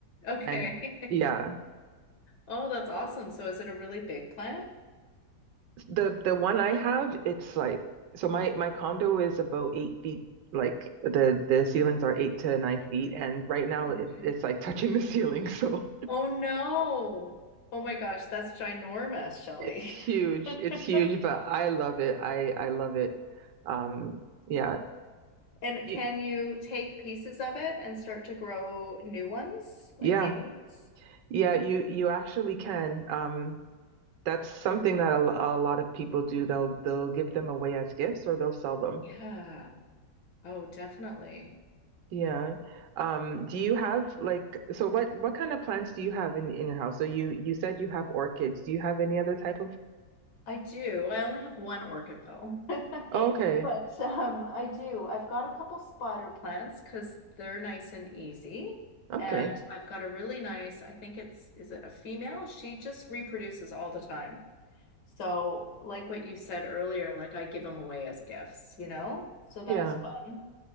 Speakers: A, on the left; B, on the right.
A: okay.
B: And
A: <laughs>
B: yeah.
A: Oh, that's awesome. So is it a really big plant?
B: The the one I have, it's like so my my condo is about eight feet, like the the ceilings are eight to nine feet, and right now
A: Okay.
B: it it's like <laughs> touching the ceiling, <laughs> so
A: Oh no. Oh my gosh, that's ginormous, Shelley.
B: it's huge.
A: <laughs>
B: It's huge, but I love it. I I love it. Um, yeah.
A: And
B: You-
A: can you take pieces of it and start to grow new ones, like
B: Yeah,
A: baby ones?
B: yeah, you you actually can. Um, that's something that a, lo- a lot of people do. They'll they'll give them away as gifts or they'll sell them.
A: Yeah. Oh, definitely.
B: Yeah. Um, do you have like so what what kind of plants do you have in in your house? So you you said you have orchids. Do you have any other type of
A: I do. I only have one orchid though. <laughs>
B: Okay.
A: But um, I do. I've got a couple spider plants because they're nice and easy.
B: Okay.
A: And I've got a really nice, I think it's, is it a female? She just reproduces all the time. So, like what you said earlier, like I give them away as gifts, you know? So that's
B: Yeah.
A: fun.